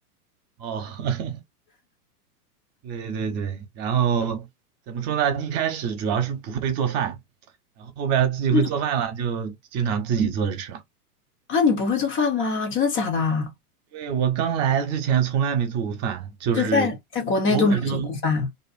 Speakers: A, on the right; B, on the left.
A: 哦，<laughs> 对对对，然后怎么说呢？一开始主要是不会做饭，然后后边自己会做饭了，
B: 那种
A: 就经常自己做着吃了。
B: 啊？你不会做饭吗？真的假的啊
A: 对，我刚来之前从来没做过饭，就是
B: 就在在国内都没有做过饭，
A: 偶尔就